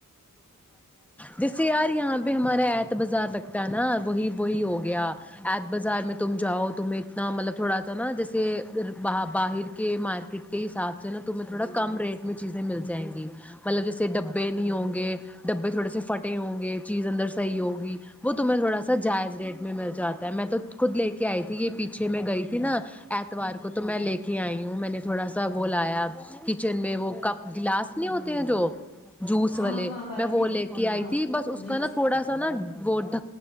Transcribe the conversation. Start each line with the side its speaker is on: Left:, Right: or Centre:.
Centre: جیسے یار یہاں پہ ہمارا ایت بازار لگتا ہے نا وہی وہی ہو گیا ایت بازار میں تم جاؤ تمہیں اتنا مطلب تھوڑا سا نا جیسے باہر کہ مارکیٹ کے حساب سے نا تمہیں تھوڑا کم ریٹ میں چیزیں مل جائیں گی مطلب جیسے ڈبے نہیں ہوں گے ڈبے تھوڑے سے پھٹے ہوں گے چیز اندر صحیح ہوگی وہ تمہیں تھوڑا سا جائز ریٹ میں مل جاتا ہے میں تو خود لے کے آئی تھی یہ پیچھے میں گئی تھی نا اتوار کو تو میں لے کے آئی ہوں میں نے تھوڑا سا وہ لایا کچن میں وہ کپ گلاس ہوتے ہیں جو جوس
Left: ہاں
Centre: والے
Left: ہاں ہاں باجی
Centre: میں وہ لے کے آئی
Left: ہاں
Centre: تھی بس اس
Left: جی
Centre: کا نا تھوڑا سا نا وہ ڈ